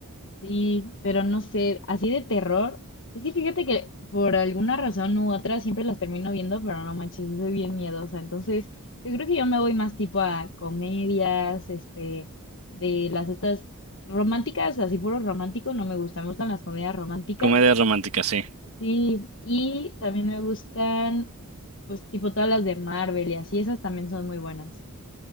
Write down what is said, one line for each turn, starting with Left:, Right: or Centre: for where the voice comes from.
Left: Sí, pero no sé, así de terror. Es que fíjate que por alguna razón u otra siempre las termino viendo, pero no manches, sí soy bien miedosa. Entonces, yo creo que yo me voy más tipo a comedias, este, de las estas románticas, así puro romántico, no me gustan, me gustan las comedias románticas.
Right: Comedia romántica, sí.
Left: Sí, y también me gustan, pues tipo todas las de Marvel y así, esas también son muy buenas.